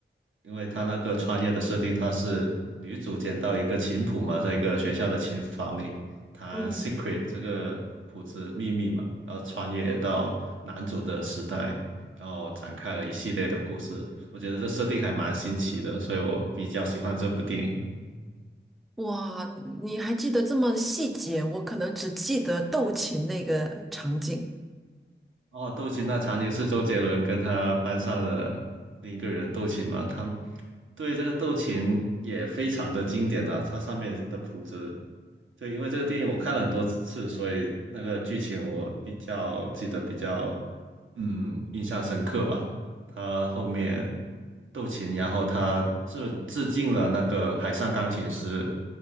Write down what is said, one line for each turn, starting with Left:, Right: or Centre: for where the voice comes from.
Right: 因为它那个穿越的设定，它是女主捡到一个琴谱嘛，在一个学校的琴房里弹
Centre: 嗯，
Right: secret 这个谱子秘密嘛，然后穿越到男主的时代，然后展开了一系列的故事。我觉得这设定还蛮新奇的，所以我比较喜欢这部电影。
Centre: 哇，你你还记得这么细节？我可能只记得斗琴那个场景。
Right: 哦，斗琴那场景是周杰伦跟他班上的另一个人斗琴嘛？他对这个斗琴也非常的经典啊，它上面的谱子，对，因为这个电影我看了很多次，所以那个剧情我比较记得比较嗯，印象深刻吧。他后面斗琴，然后他是致敬了那个海上钢琴师，